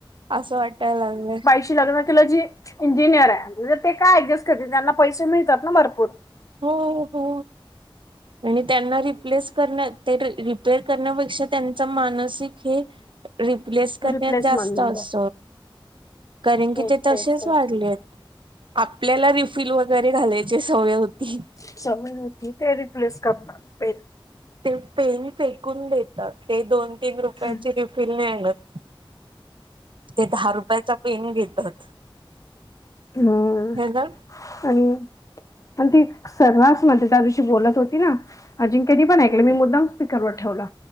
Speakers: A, on the right; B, on the left.
A: असं वाटायला लागलंय.
B: शी लग्न केलं जी, इंजिनियर अय म्ह ते काय ऍडजस्ट करतील, त्यांना पैसे मिळतात ना भरपूर.
A: हो हो. आणि त्यांना रिप्लेस करने, ते रिपेर करण्यापेक्षा त्यांचा मानसिक हे रिप्लेस करण्यात
B: रिप्लेसमेंट
A: जास्त
B: मध्ये
A: अस, कारण की
B: तेच
A: ते तसशेच
B: तेच तेच
A: वाढलेत. आपल्याला रिफिल वगैरे घालायची, सवय होती.
B: <unintelligible> होती, ते रिप्लेस करता पेन
A: ते पेन फेकून देतात, ते दोन तीन रुपयाची
B: हम्म
A: रिफिल नही आणत. ते दहा रुपयाचा, पेन घेतात.
B: हम्
A: हे ना
B: आणि पण ती सररासमध्ये, त्या दिवशी बोलत होती ना. अजिंक्यनी पण ऐकलं, मी मुद्दाम स्पीकरवर ठेवला,